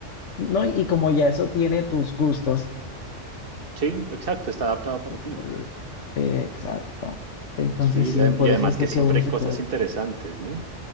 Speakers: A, on the left; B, on the right.
A: no, y como ya eso tiene tus gustos.
B: Sí, exacto, está adaptado para ti.
A: pues, eh, exacto. Entonces
B: Sí,
A: sí,
B: adem-
A: por
B: y además
A: eso es de
B: que siempre
A: que uno
B: hay
A: se
B: cosas
A: queda.
B: interesantes, ¿no?